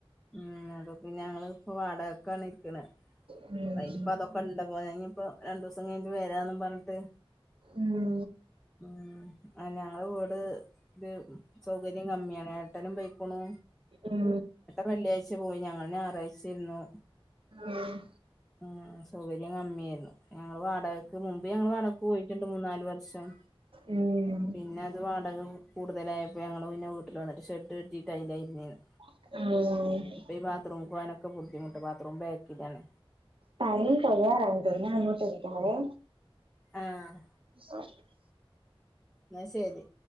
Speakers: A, in the centre; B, on the right.
A: ഉം അപ്പം പിന്നെ ഞങ്ങള് ഇപ്പം വാടകക്കാണ് നിക്ക്ണെ
B: ഉം ഉം
A: അതിനിപ്പം അതൊക്കെ ഉണ്ട് പോ ഇനി ഇപ്പോ രണ്ടു ദിവസം കഴിഞ്ഞിട്ട് വരാന്നും പറഞ്ഞിട്ട്
B: ഉം
A: ഉം ഞങ്ങളെ വീട് ഇത് സൗകര്യം കമ്മിയാണ് ഏട്ടനും പൊയ്ക്ക്ണു
B: ഉം
A: വെള്ളിയാഴ്ച പോയി ഞങ്ങൾ ഞായറാഴ്ച്ച ഇരുന്നു
B: ആഹ്
A: ഉ സൗകര്യം കമ്മിയായിരുന്നു ഞങ്ങൾ വാടകക്ക് മുമ്പ് ഞങ്ങള് വാടകക്ക് പോയിട്ടുണ്ട് മൂന്നാല് വർഷം
B: ഉം
A: പിന്നെ അത് വാടക കൂടുതലായപ്പയേ ഞങ്ങള് പിന്നെ വീട്ടില് വന്നിട്ട് ഷെഡ് കെട്ടീട്ട് അയിലാ ഇരുന്നേർന്ന്
B: ആഹ്
A: അപ്പേ ഈ ബാത്ത്റൂമ്ക്ക് പോകാനൊക്ക ബുദ്ധിമുട്ട് ബാത്ത്റൂം ബേക്കിലാണ്
B: ടൈം കഴിയാറായിട്ടുണ്ട് ഞാൻ അങ്ങോട്ട് വിളിക്കാവേ
A: ആഹ്
B: <inaudible>
A: എന്നാ ശരി